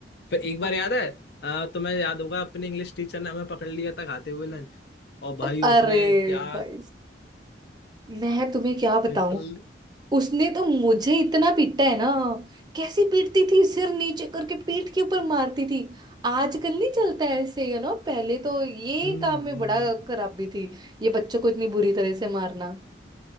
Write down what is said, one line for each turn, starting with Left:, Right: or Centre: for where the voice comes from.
Left: फिर एक बार
Right: हाँ
Left: याद है अ, तुम्हें याद होगा अपने इंग्लिश टीचर ने हमें पकड़ लिया था खाते हुए लंच और भाई
Right: अरे
Left: उसने क्या
Right: भाई मैं तुम्हें क्या बताऊं
Left: लिटरली
Right: उसने तो मुझे इतना पीटा है ना कैसी पीटती थी सिर नीचे करके पीठ के ऊपर मारती थी आजकल नहीं चलता है ऐसे यू नो पहले तो ये
Left: हम्म
Right: काम में
Left: हम्म
Right: बड़ा खराबी थी ये बच्चों को इतनी बुरी तरह से मारना